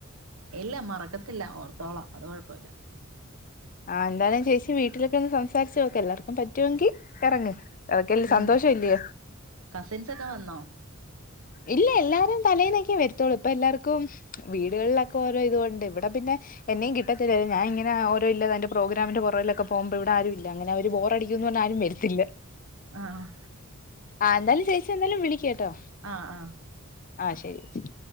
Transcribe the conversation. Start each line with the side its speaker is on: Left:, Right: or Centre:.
Right: ഇല്ല മറക്കത്തില്ല ഓർത്തോളാംഅത് കൊഴപ്പല്ല.
Left: ആ എന്തായാലും ചേച്ചി വീട്ടിലൊക്കെ ഒന്ന് സംസാരിച്ചു നോക്ക്എല്ലാർക്കും പറ്റുമെങ്കി ഇറങ് അവർക്ക് അതിൽ
Right: ഉം
Left: സന്തോഷം ഇല്ലേ
Right: കസിൻസൊക്കെ വന്നോ
Left: ഇല്ല എല്ലാരും തലെന്നൊക്കെ വരുത്തള്ളൂ ഇപ്പൊ എല്ലാർക്കും വീടുകളിലൊക്കെ കെ ഓരോ ഇതുകൊണ്ട് ഇവിടെ പിന്നെ എന്നെയും കിട്ടത്തില്ലല്ലോ ഞാൻങ്ങനെ ഓരോ ഇല്ല അതിന്റെ പ്രോഗ്രാമിന്റെ പുറകിലൊക്കെ പോകുമ്പോ ഇവിടെ ആരും ഇല്ല അങ്ങനെ അവര് പേ പഠിക്കുന്നതൊട് ആരും വരത്തില്ല
Right: ആഹ്
Left: ആ എന്തായാലും ചേച്ചി എന്താലും വിളിക്ക് കേട്ടോ
Right: ആഹ് ആഹ്
Left: ആ ശരി